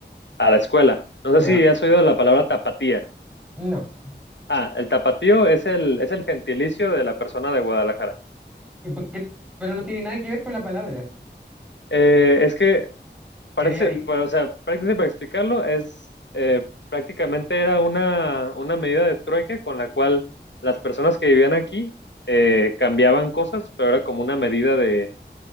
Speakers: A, on the left; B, in the centre.
A: a la escuela. No
B: Ya,
A: sé si has oído la palabra tapatía.
B: no.
A: Ah, el tapatío es el, es el gentilicio de la persona de Guadalajara.
B: ¿Y por qué? Pero no tiene nada que ver con la palabra.
A: Eh, es que
B: Sería...
A: parece,
B: di-
A: pues, o sea, prácticamente para explicarlo, es eh, prácticamente era una, una medida de trueque con la cual las personas que vivían aquí eh, cambiaban cosas, pero era como una medida de,